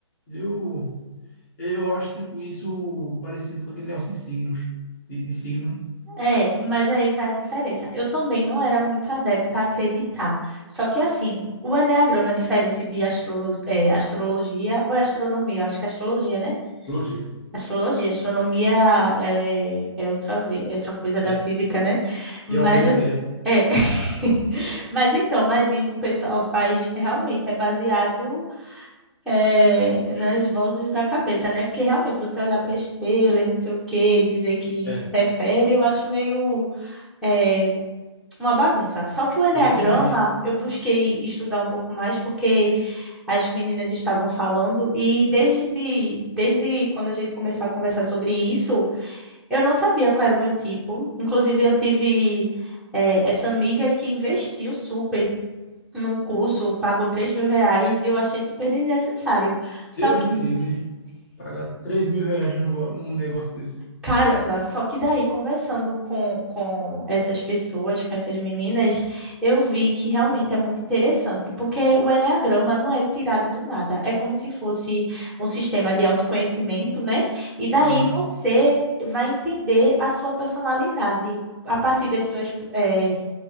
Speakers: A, on the left; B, in the centre.
A: Eu, eu acho, tipo, isso parecido com aquele negócio de signos, de, de signo, né?
B: É, mas aí vai a diferença. Eu também não era muito adepta a acreditar. Só que assim, o enneagrama é diferente de astro, é, astrologia ou é astronomia, eu acho que é astrologia, né?
A: Astrologia.
B: Astrologia, astronomia é, é outra vez, é outra coisa da
A: É.
B: física, né? Mas
A: E é uma coisa
B: assim,
A: séria.
B: é. <laughs> Mas então, mas isso o pessoal faz realmente é baseado é, nas vozes da cabeça, né? Porque realmente você olhar para a estrela e não sei o quê e dizer que
A: É.
B: isso interfere, eu acho meio é, uma bagunça. Só que o enneagrama
A: Eu também acho.
B: eu busquei estudar um pouco mais porque as meninas estavam falando e desde desde quando a gente começou a conversar sobre isso eu não sabia qual era o meu tipo. Inclusive, eu tive eh, essa amiga que investiu super num curso, pagou três mil reais e eu achei super desnecessário. Só
A: Deus
B: que,
A: me livre. Pagar três mil reais num, va- num negócio desse.
B: caramba, só que daí, conversando com, com essas pessoas, com essas meninas, eu vi que realmente é muito interessante, porque o enneagrama não é tirado do nada, é como se fosse um sistema de autoconhecimento, né? E daí
A: Aham.
B: você vai entender a sua personalidade. A partir das suas eh,